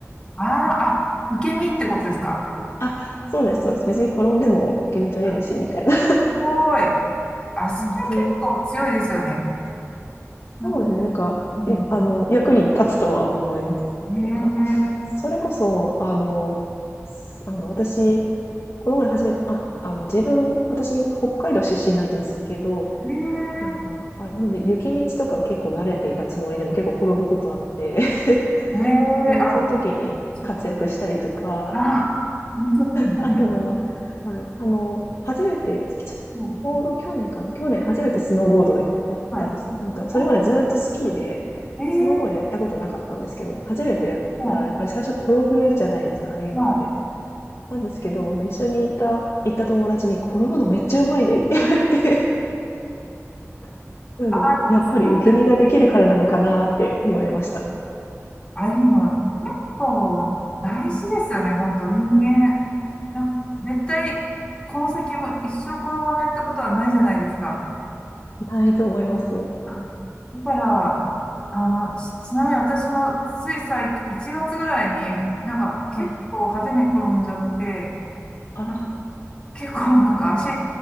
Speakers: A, on the left; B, on the left.
A: ああ、あ、受け身ってことですか。
B: あ、そうですそうです。別に転んでも受け身取れるし、
A: す
B: みたいな
A: ごい。
B: <laughs>
A: あ、それ結構強いですよね。
B: 感じ。
A: なんか、
B: そうですね。なんか、
A: うん。
B: いあの、役に立つとは思います。
A: ええ
B: なんか、それこそ、あの、すあの、私、この前初めて、あ、あの、自分、私、北海道出身なんですけど、
A: あ、
B: なんか、
A: ええ
B: あ、なので、雪道とか結構慣れていたつもりでも結構転ぶことあって、
A: うんええあ、
B: <laughs> で、その時に活躍したりとか、
A: そうか。あ、本当だね。
B: あとは、はい、あの、初めて、ちょうど去年かな去年初めてスノーボードやったんですよ。
A: うん、はい。
B: なんか、それまでずっとスキーで、
A: おーええ
B: スノーボードやったことなかったんですけど、初めてやったら、
A: は
B: やっぱり最初転ぶじゃないですか、ああいうのって。
A: い、はい。
B: なんですけど、あの、一緒にいた、行った友達に、転ぶのめっちゃうまいねって言われて、<laughs> なので、
A: あ、あそうね。
B: やっぱり受け身ができるからなのかなって言われました。
A: あ、でも、結構大事ですよね、本当人間。なんか絶対、この先も一生転ばないってことはないじゃないですか。
B: ないと思います。
A: あだから、あの、ちちなみに私もつい最近、1月ぐらいに、なんか結構派手に転んじゃって、
B: はい。あら、
A: な結構 <laughs> なんか足、